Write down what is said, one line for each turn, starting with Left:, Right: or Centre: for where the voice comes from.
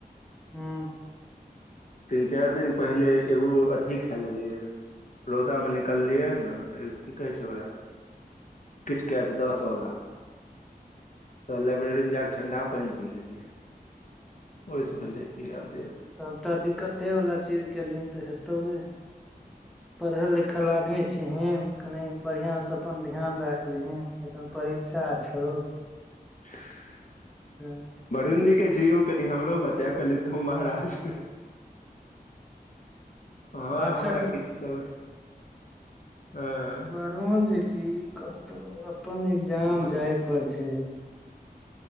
Centre: हँ
Left: तीन चारि दिन पहिले एगो अथि खा लेलियै, रौदामे निकललियै ने की कहै छै ओकरा, किटकेट दस वला, तऽ लाइब्रेरीमे ज क ठंडा पानि पी लेलियै, ओहिसँ भेले पियर देह,
Centre: सबटा दिक्कते ये वला चीज के लिंक तऽ हेतौ ने, पढ़ल लिखल आदमी छी हन कनि बढ़िया से अपन ध्यान राख? तुह एखन परीक्षा छो?
Left: <inaudible>
Centre: हँ
Left: वरुणजीके जियौ कनि हमरो बता कहली तू महाराज, हँ
Centre: माछक
Left: हमरा किछु देबै हँ,
Centre: वरुणजी कतहु अपन एग्जाम
Left: वरुण
Centre: जाय पर छै।